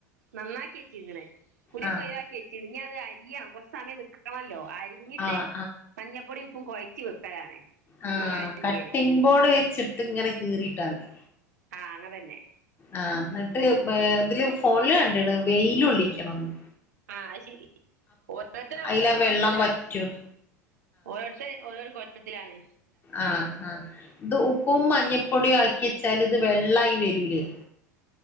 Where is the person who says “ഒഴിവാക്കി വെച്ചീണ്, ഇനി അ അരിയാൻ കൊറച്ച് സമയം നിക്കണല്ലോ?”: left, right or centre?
Right